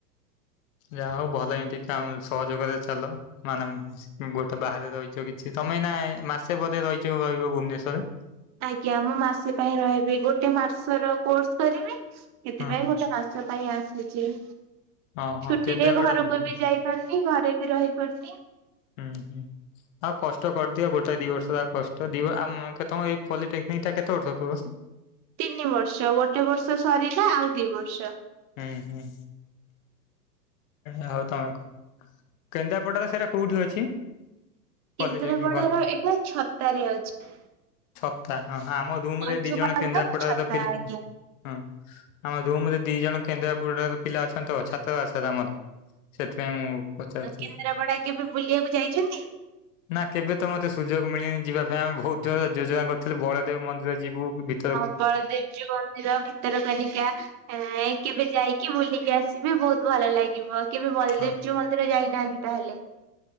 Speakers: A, on the left; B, on the right.
A: ଯାହା ହଉ ଭଲ ଏମତି କ ସହଯୋଗରେ ଚାଲ ମାନେ ଗୋଟେ ବାହାରେ ରହିଛ କିଛି ତମେ ନା ମାସେ ପରେ ରହିଛ ରହିବ ଭୁବନେଶ୍ଵରରେ
B: ଆଜ୍ଞା ମୁଁ ମାସ ପାଇଁ ରହିବି ଗୋଟେ ମାସ ର କୋର୍ସ କରିବି ସେଥିପାଇଁ
A: ହଁ
B: ଗୋଟେ ମାସ ସ ପାଇଁ ଆସିଛି
A: ହଁ ହଁ
B: ଛୁଟି
A: କେନ୍ଦ୍ରାପଡା
B: ରେ ଘରକୁ
A: ହୁଁ ହୁଁ
B: ବି ଯାଇପାରୁନି ଘରେ ବି ରହି ପାରୁନି।
A: ହୁଁ ହୁଁ ଆଉ କଷ୍ଟ କରିଦିଅ ଗୋଟେ ଦି ବର୍ଷ ଆଉ କଷ୍ଟ ଦିବ ଆମ୍ ତମ ଏଇ ଫଲିଟେକ୍ନିକ୍ ଟା କେତେ ବର୍ଷ କୋର୍ସ୍?
B: ତିନି ବର୍ଷ ଗୋଟେ ବର୍ଷ ସରିଲା ଆଉ ଦି ବର୍ଷ
A: ହୁଁ ହୁଁ ହଉ ତମକୁ କେନ୍ଦ୍ରାପଡ଼ା ର ସେରା କୋଉଠି ଅଛି? ପଲିଟେକ୍ନିକ
B: କେନ୍ଦ୍ରାପଡ଼ାର ଏକ ଛତାରେ ଅଛି।
A: ଛତା ହଁଁ ଆମ ରୁମ୍
B: ପଞ୍ଚୁପାଣ୍ଡବ
A: ରେ ଦି ଜଣ କେନ୍ଦ୍ରାପଡ଼ାର
B: ଛତା
A: ପିଲା
B: ଆଜ୍ଞା।
A: ହଁ ଆମ ରୁମ୍ ରେ ଦି ଜଣ କେନ୍ଦ୍ରାପଡ଼ାରୁ ପିଲା ଅଛନ୍ତି ତ ଛାତୁଆ ଦାସ୍ <unintelligible> ସେଥିପାଇଁ ମୁଁ ପଚାରୁଥିଲି।
B: ଆଉ କେନ୍ଦ୍ରାପଡ଼ା କେବେ ବୁଲିବାକୁ ଯାଇଛନ୍ତି?
A: ନା କେବେ ତ ମୋତେ ସୁଯୋଗ ମିଳିନି ଯିବା ପାଇଁ, ଆମେ ବହୁତ୍ ଥର ଯୋଜନ କରିଥିଲୁ ବଳଦେବ୍ ମନ୍ଦିର ଯିବୁ ବୁଲି
B: ହଁ ବଳଦେବ୍ ଜିଉ ମନ୍ଦିର, ଭିତରକନିକା ହଁ କେବେ ଯାଇକି ବୁଲିକି ଆସିବି ବହୁତ୍ ଭଲ ଲାଗିବ। କେବେ ବଲଦେବ୍
A: ହଁ
B: ଜିଉ ମନ୍ଦିର ଯାଇନାହାନ୍ତି ତାହେଲେ?